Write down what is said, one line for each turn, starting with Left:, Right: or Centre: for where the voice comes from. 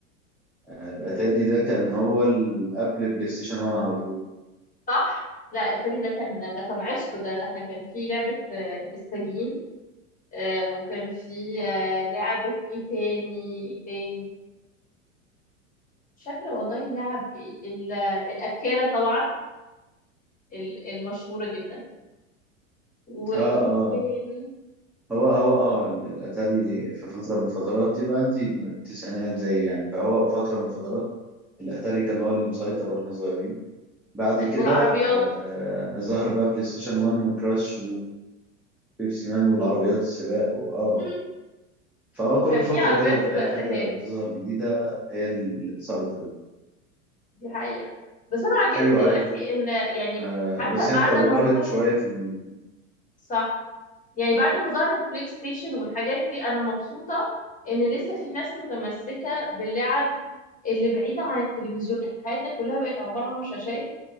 Centre: آه، الأتاري ده كان هو ال- قبل بلاي ستيشن 1 على طول
Left: صح لا الاتاري ده كان ده كان عشق ده ده احنا كان في لعبه آه، السجين آه وكان في آه لعبه ايه تاني ايه تاني مش فاكره والله اللعب إيه. ال- الاكاله طبعا ال- المشهوره جدا وايه
Centre: اه اه
Left: تاني
Centre: هو هو اه الاتاري في فتره من فترات يبقى عندي التسعينات زي يعني فهو فتره من فترات الاتاري كان هو اللي مسيطر واحنا صغيرين بعد
Left: أي-
Centre: كده
Left: والعربيات
Centre: آه ظهر بقى بلاي ستيشن 1 وكراش وبيبسي مان والعربيات السباق واه
Left: مم.
Centre: فهو
Left: وكان
Centre: كل
Left: في
Centre: فترة
Left: عربيات
Centre: كده بتلاقي
Left: سباق في
Centre: حاجة
Left: الاتاري
Centre: تظهر جديدة هي اللي تسيطر
Left: دي حقيقة بس انا عاجبني
Centre: ايوه
Left: دلوقتي
Centre: ايوه
Left: ان يعني
Centre: آه
Left: حتى
Centre: بس
Left: بعد
Centre: هي اتطورت
Left: ما ظهرت
Centre: شوية في ال...
Left: صح يعني بعد ما ظهرت البلاي ستيشن والحاجات دي انا مبسوطة ان لسه في ناس متمسكة باللعب اللي بعيدة عن التلفزيون احنا حياتنا كلها بقت عبارة عن شاشات